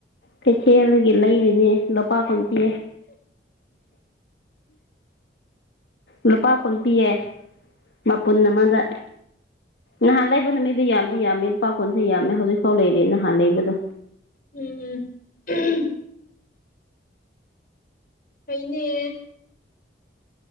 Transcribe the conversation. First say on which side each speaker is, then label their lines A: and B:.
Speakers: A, on the left; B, on the left.
A: ꯀꯩꯊꯦꯜꯗꯒꯤ ꯂꯩꯔꯤꯅꯤ ꯂꯨꯄꯥ ꯀꯨꯟ ꯄꯤ ꯂꯨꯄꯥ ꯀꯨꯟ ꯄꯤꯌꯦ ꯃꯄꯨꯟ ꯑꯃꯗ ꯅꯍꯥꯟ ꯂꯩꯕ ꯅꯨꯃꯤꯠꯗ ꯌꯥꯝꯗꯤ ꯌꯥꯝꯃꯦ ꯂꯨꯄꯥ ꯀꯨꯟꯁꯦ ꯌꯥꯝꯃꯦ ꯍꯧꯖꯤꯛꯐꯥꯎ ꯂꯩꯔꯤ ꯅꯍꯥꯟ ꯂꯩꯕꯗꯣ
B: ꯎꯝ ꯎꯝ ꯐꯩꯅꯦ